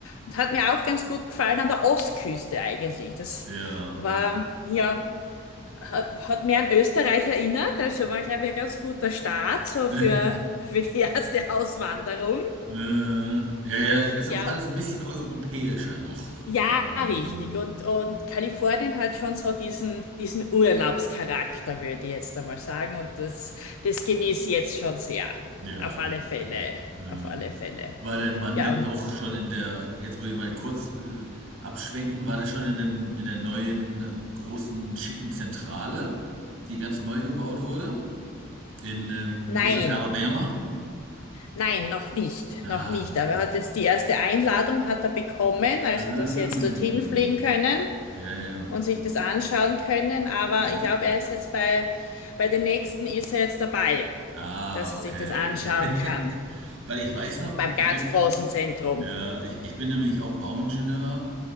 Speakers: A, on the left; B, on the right.
A: und hat mir auch ganz gut gefallen an der Ostküste eigentlich. Das
B: Ja.
A: war, ja, hat, hat mir an Österreich erinnert, also war, glaube ich, ein ganz guter Start so
B: <laughs>
A: für, für die erste <laughs> Auswanderung.
B: Äh, ja, ja, es ist
A: Ja,
B: auch alles
A: und
B: ein bisschen europäischer noch
A: Ja,
B: da in
A: richtig.
B: dem
A: Und, und Kalifornien hat schon so diesen, diesen Urlaubscharakter, würde ich jetzt einmal sagen. Und das, das genieße ich jetzt schon sehr.
B: ja.
A: Auf alle Fälle.
B: Mhm.
A: Auf alle Fälle.
B: War dein Mann
A: Ja,
B: denn
A: und
B: Ja. auch schon in der jetzt würde ich mal kurz, äh, abschwenken, war der schon in dem in der neuen, äh, großen, schicken Zentrale, die ganz neu gebaut wurde? In, ähm
A: nein,
B: wo ist das, Alabama?
A: nein, noch nicht.
B: Ah.
A: Noch nicht. Aber er hat jetzt die erste Einladung hat er bekommen, also
B: Mhm.
A: dass sie jetzt dorthin fliegen können
B: Ja, ja,
A: und sich das anschauen können. Aber
B: ja.
A: ich glaube, er ist jetzt bei, bei den nächsten ist er jetzt dabei,
B: Ah,
A: dass
B: okay.
A: er sich das anschauen kann.
B: <laughs> Weil ich weiß noch,
A: Beim ganz
B: ich bin
A: großen Zentrum.
B: Ja, ich, ich bin nämlich auch Bauingenieur